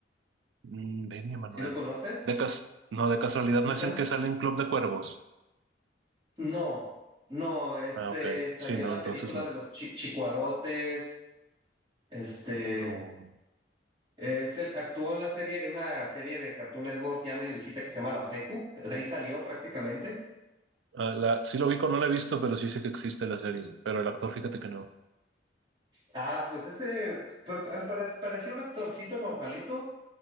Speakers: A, on the right; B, on the right.
A: Mm, Benny Manuel.
B: si lo conoces?
A: De cas no, de casualidad no
B: Está
A: es el que sale en Club de Cuervos.
B: No, no, este
A: Ah, ok.
B: salió
A: Sí, no,
B: en la
A: entonces
B: película
A: no.
B: de los chi- Chicuarotes, este
A: No.
B: es el actuó en la serie, en una serie de Cartoon Network ya medio viejita que se llama La Secu, de ahí salió prácticamente.
A: Ah, la, sí lo ubico, no la he visto, pero sí sé que existe la serie. Pero el actor, fíjate que no.
B: Ah, pues ese pa- pa- al pare- parecía un actorcito normalito,